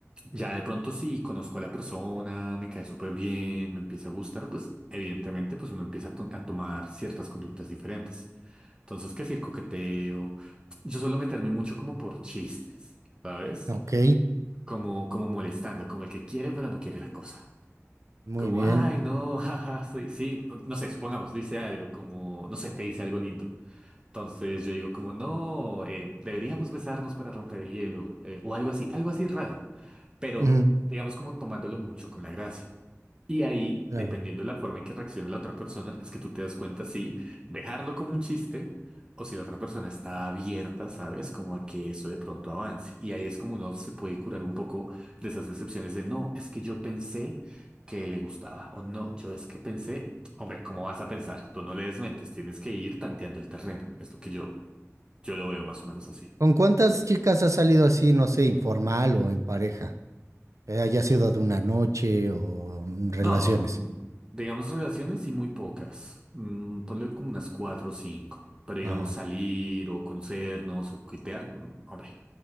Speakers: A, on the right (about 15°); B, on the right (about 70°).
A: ya de pronto si conozco a la persona, me cae súper bien, me empieza a gustar, pues evidentemente pues uno empieza a to- a tomar ciertas conductas diferentes. Entonces, ¿qué es el coqueteo? Yo suelo meterme mucho como por chistes, ¿sabes?
B: Ok,
A: Como, como molestando, como el que quiere pero no quiere la cosa.
B: muy
A: Como,
B: bien.
A: ay, no, <laughs> jaja, soy, sí, no, no sé, supongamos, dice algo, como, no sé, te dice algo lindo. Entonces yo digo como, no, eh, deberíamos besarnos para romper el hielo, eh, o algo así, algo así raro, pero
B: Ujú,
A: digamos como tomándolo mucho con la gracia. Y ahí,
B: Claro.
A: dependiendo de la forma en que reaccione la otra persona, es que tú te das cuenta si dejarlo como un chiste o si la otra persona está abierta, ¿sabes? Como a que eso de pronto avance. Y ahí es como uno se puede curar un poco de esas decepciones de no, es que yo pensé que le gustaba o no, yo es que pensé, hombre, ¿cómo vas a pensar? Tú no le desmentes, tienes que ir tanteando el terreno. Es lo que yo, yo lo veo más o menos así.
B: ¿Con cuántas chicas has salido así, no sé, informal o en pareja? Que haya sido de una noche o mm, relaciones.
A: No, mm, digamos relaciones y muy pocas. Mm, ponle como unas cuatro o cinco. Pero digamos
B: Ajá.
A: salir o conocernos o coquetear, mm, hombre,